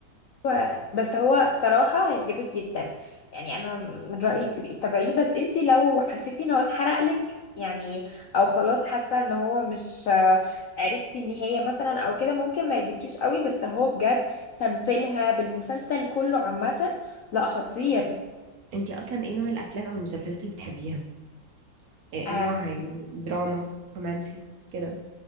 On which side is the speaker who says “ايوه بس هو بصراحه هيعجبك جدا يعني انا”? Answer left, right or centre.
Left